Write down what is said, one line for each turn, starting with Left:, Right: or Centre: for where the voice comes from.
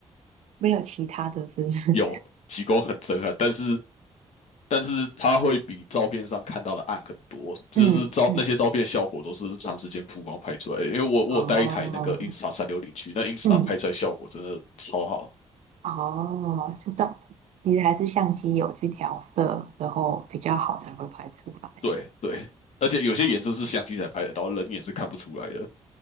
Right: 没有其他的，是不是？
Left: 有极光很震撼，但是但是它会比照片上看到的暗很多，就是照那些照片的效果都是长时间曝光拍出来的因为我我有带一台那个
Right: 嗯嗯，哦，
Left: Insta 三六零去，那 Insta
Right: 嗯。
Left: 拍出来效果真的超好。
Right: 哦，就样，其实还是相机有去调色，然后比较好才会拍出来。
Left: 对对，而且有些颜色是相机才拍得到，人眼是看不出来的。